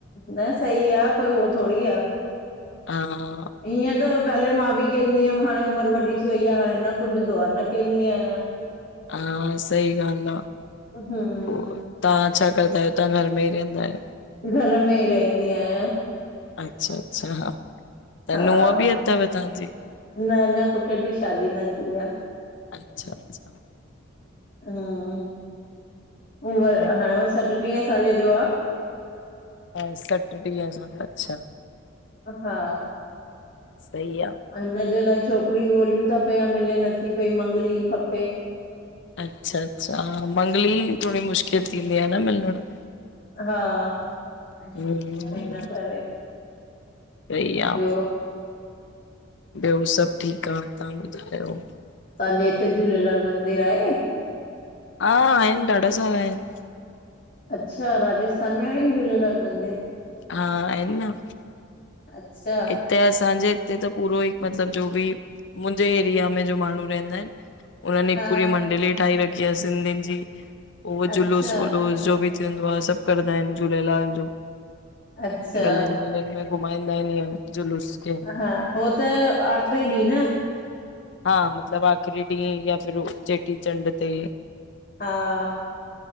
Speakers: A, on the left; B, on the left.
A: न सही आ कोई हो थोोडी आ
B: हा
A: इअं त पहले मां बि कंदी हुअम हाणे उमर वॾी थी वई आ हाणे न पुजदोआ न केंदी आया
B: हा सही ॻाल्हि आ
A: हम्म
B: पो तव्हां छा कंदा आहियो तव्हां घर में ई रहंदा आहियो
A: घर में ई रहंदी आया
B: अच्छा- अच्छा हा त
A: हा
B: नूंहं भी अथव तव्हां
A: न न पुट जी शादी न थी आ
B: अच्छा अच्छा
A: हम उ व
B: सही
A: हाणे उह सत ॾींहं साले जो आ
B: हा सठटीह जो अच्छा
A: हा
B: सही आ
A: हिनजे लाइ छोकरी ॻोल्हियूं ता पिया मिले नथी पई मंगली खपे
B: अच्छा- अच्छा ह मंगली थोडी मुश्किल थींदी आ न मिलण
A: हा
B: हम्म
A: हिन करे
B: सही आ
A: ॿियो
B: ॿियो सभ ठीक आ तव्हां ॿुधायो
A: तहांजे हिते झूलेलाल मंदिर आहे।
B: हा आहिन ॾाढा सारा इन।
A: अच्छा राजस्थान में आहिन झूलेलाल मंदिर।
B: हा आहिन न।
A: अच्छा
B: इते असांजे इते त पूरोई मतलब जो बि। मुंजे एरिया में जो माण्हू रहंदा इन। हुनन हिक
A: हा
B: पूरी मंडली ठाए रखी आ सिंधियिन जी उहो
A: अच्छा
B: जुलूस वुलूस जो बि। सभ कंदा आहिन झूलेलाल जो
A: अच्छा
B: गलीन वलीन में घुमाईंदा इन इंअ जुलूस। खे
A: हा, हो त आखरी ॾींह न।
B: हा मतिलब आख़िरी ॾींहं या फिर चेटीचंडृ ते।
A: हा